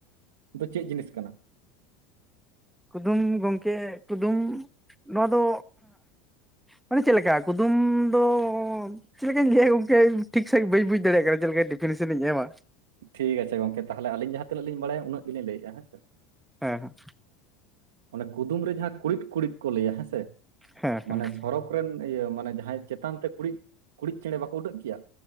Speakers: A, on the right; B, in the centre.
A: ᱫᱚ ᱪᱮᱫ ᱡᱤᱱᱤᱥ ᱠᱟᱱᱟ
B: ᱠᱩᱫᱩᱢ ᱜᱚᱝᱠᱮ ᱠᱩᱫᱩᱢ ᱱᱚᱣᱟ ᱫᱚ ᱢᱟᱱᱮ ᱪᱮᱫ ᱞᱮᱠᱟ ᱠᱩᱫᱩᱢ ᱫᱚᱻ ᱪᱮᱫ ᱞᱮᱠᱟᱧ ᱞᱟᱹᱭᱟ ᱜᱚᱝᱠᱮ ᱴᱷᱤᱠ ᱥᱟᱺᱦᱤᱡ ᱵᱟᱹᱧ ᱵᱩᱡᱽ ᱫᱟᱲᱮᱭᱟᱜ ᱠᱟᱱᱟ, ᱪᱮᱫ ᱞᱮᱠᱟ ᱰᱤᱯᱷᱤᱱᱮᱥᱚᱱᱤᱧ ᱮᱢᱟ
A: ᱴᱷᱤᱠ ᱟᱪᱷᱮ ᱜᱚᱝᱠᱮ ᱛᱟᱦᱞᱮ ᱟᱞᱤᱧ ᱡᱟᱦᱟ ᱛᱤᱱᱟᱹᱜ ᱞᱤᱧ ᱵᱟᱲᱟᱭᱟ ᱩᱱᱟᱹᱜ ᱜᱤᱞᱤᱧ ᱞᱟᱹᱭᱮᱜ-ᱟ ᱦᱮᱸ ᱥᱮ
B: ᱦᱮᱸ ᱦᱮᱸ
A: ᱚᱱᱮ ᱠᱩᱫᱩᱢ ᱨᱮ ᱡᱟᱦᱟᱸ ᱠᱩᱬᱤᱫ ᱠᱩᱬᱤᱫ ᱠᱚ ᱞᱟᱹᱭᱟ ᱦᱮᱸᱥᱮ
B: ᱦᱮᱸ ᱦᱮᱸ
A: ᱢᱟᱱᱮ ᱥᱚᱨᱚᱠ ᱨᱮᱱ ᱤᱭᱟᱹ ᱢᱟᱱᱮ ᱡᱟᱦᱟᱸᱭ ᱪᱮᱛᱟᱱ ᱛᱮ ᱠᱩᱬᱤᱫ ᱠᱩᱬᱤᱫ ᱪᱮᱬᱮ ᱵᱟᱠᱚ ᱩᱰᱟᱹᱜ ᱜᱮᱭᱟ